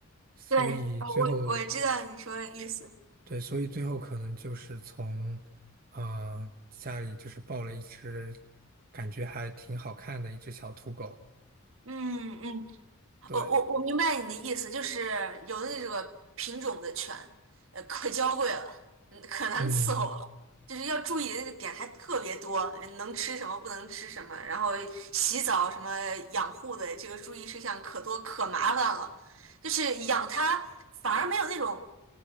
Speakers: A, on the right (about 45°); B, on the right (about 70°).
A: 所以最后，
B: 对，呃，我我知道你说的意思。
A: 对，所以最后可能就是从，呃，家里就是抱了一只，感觉还挺好看的一只小土狗。
B: 嗯嗯，
A: 对，
B: 我我我明白你的意思，就是有的那个品种的犬，呃，可娇贵了，嗯可难伺候了，
A: 嗯，
B: 就是要注意的那个点还特别多，呃能吃什么，不能吃什么，然后洗澡什么养护的这个注意事项可多可麻烦了，就是养它反而没有那种。